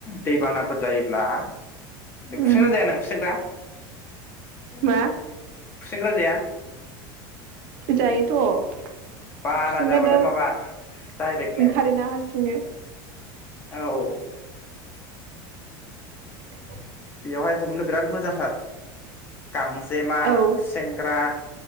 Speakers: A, on the left; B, on the right.
A: दैबाना फोर जायोब्ला खुसेंग्रा
B: उम
A: जाया नों खुसेंग्रा? खुसेंग्रा
B: मा
A: जाया?
B: जायोथ'
A: बाना
B: खुसेंग्रा
A: जाबाथाय
B: दा ओंखारोना
A: माबा डाइरेक्टनो
B: हारसिंनो
A: औ
B: औ
A: बेयावहाय हमनो बिराद मोजांथार गांजेमा
B: औ
A: खुसेंग्रा